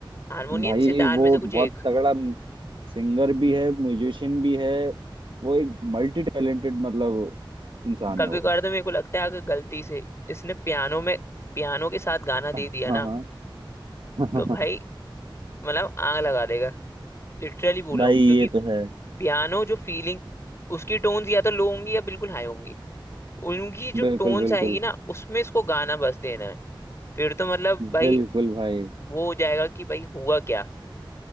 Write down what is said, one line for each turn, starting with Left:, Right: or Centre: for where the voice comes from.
Left: हारमोनियम
Right: भाई
Left: सितार
Right: वो
Left: में से कुछ
Right: बहुत
Left: एक
Right: तगड़ा सिंगर भी है म्यूजिशियन भी है वो एक मल्टी टैलेंटेड मतलब इंसान
Left: कभी
Right: है वो
Left: कभार तो मेरे को लगता है अगर गलती से इसने पियानो में पियानो के साथ गाना दे
Right: हाँ
Left: दिया ना
Right: हाँ <laughs>
Left: तो भाई मतलब आग लगा देगा लिटरली बोल
Right: भाई
Left: रहा हूँ
Right: ये
Left: क्योंकि
Right: तो है
Left: पियानो जो फीलिंग उसकी टोन्स या तो लो होंगी या बिल्कुल हाई होंगी उनकी जो
Right: बिल्कुल
Left: टोन्स
Right: बिल्कुल
Left: आएगी ना उसमें इसको गाना बस देना है फिर तो मतलब भाई
Right: बिल्कुल भाई
Left: वो हो जाएगा कि भाई हुआ क्या